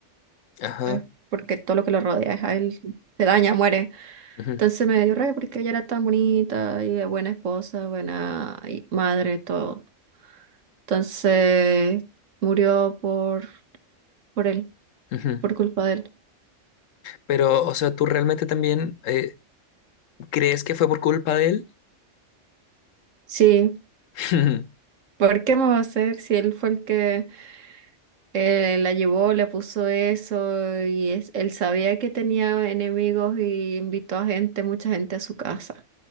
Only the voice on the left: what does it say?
Ajá.
Ujú.
Ujú.
Pero, o sea, ¿tú realmente también eh, crees que fue por culpa de él?
<laughs>